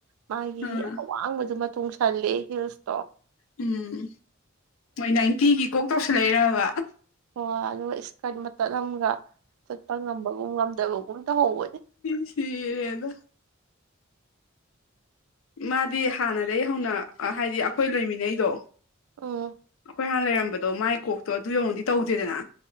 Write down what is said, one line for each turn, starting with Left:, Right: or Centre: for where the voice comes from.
Right: ꯃꯥꯒꯤ
Left: ꯎꯝ
Right: ꯑꯋꯥꯡꯕꯗ ꯃꯇꯨꯡꯣꯡꯁꯜꯂꯦ ꯍꯤꯜꯁ
Left: ꯎꯝ ꯅꯣꯏ ꯅꯥꯏꯟꯇꯤꯒꯤ ꯀꯣꯛꯇꯧꯁꯨ ꯂꯩꯔꯕ
Right: ꯑꯣ ꯑꯗꯨꯒ ꯏꯁꯀꯔꯠ ꯃꯇꯜ ꯑꯃꯒ ꯆꯠꯄ ꯉꯝꯕꯒꯨꯝ ꯉꯝꯗꯕꯒꯨꯝ ꯇꯧꯍꯧꯕꯅꯦ
Left: ꯁꯤꯔ ꯑꯗ ꯃꯥꯗꯤ ꯍꯥꯟꯅꯗꯒꯤ ꯍꯧꯅ ꯍꯥꯏꯗꯤ ꯑꯩꯈꯣꯏ ꯂꯣꯏꯃꯤꯟꯅꯩꯗꯣ
Right: ꯎꯝ
Left: ꯑꯩꯈꯣꯏ ꯍꯥꯟꯅ ꯂꯩꯔꯝꯕꯗꯣ ꯃꯥꯏ ꯀꯣꯛꯇꯣ ꯑꯗꯨ ꯌꯧꯉꯨꯗꯤ ꯇꯧꯗꯦꯗꯅ